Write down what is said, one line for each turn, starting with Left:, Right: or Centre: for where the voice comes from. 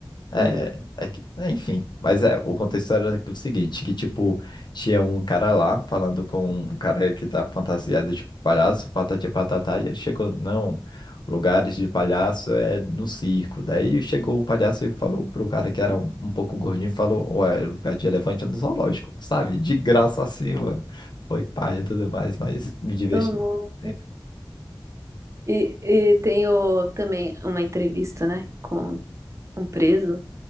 Left: É,
Right: Não,
Left: é que- é, enfim, mas é, o contexto era o seguinte, que tipo, tinha um cara lá falando com um cara que tá fantasiado de palhaço, patati e patatá, e ele chegou, não, lugares de palhaço é no circo. Daí chegou o palhaço e falou pro cara que era um, um pouco gordinho, falou, ué, é lugar de elefante é no zoológico, sabe? De graça assim, mano. Foi paia e tudo mais, mas me divertiu
Right: tomou.
Left: sempre.
Right: E, e tem o- também uma entrevista, né, com um preso.